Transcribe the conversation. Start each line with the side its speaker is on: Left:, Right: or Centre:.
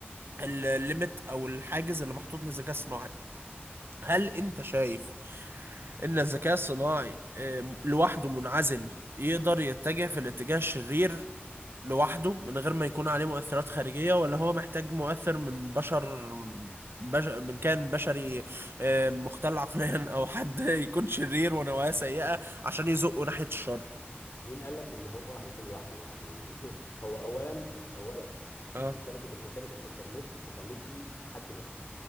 Right: الليميت او الحاجز اللي محطوط للذكاء الصناعي هل انت شايف ان الذكاء الصناعي آه، لوحده منعزل يقدر يتجه في الاتجاه الشرير لوحده من غير ما يكون عليه مؤثرات خارجية ولا هو محتاج مؤثر من بشر بش... من كان بشري آه، مختل عقليا او حد <laughs> يكون شرير ونوايا سيئة عشان يزقه ناحية الشر
Left: مين قال لك ان هو هيكون لوحده يعني <laughs> هو اولا اولا
Right: اه
Left: شبكه شبكه الانترنت ما خلتش حد لوحده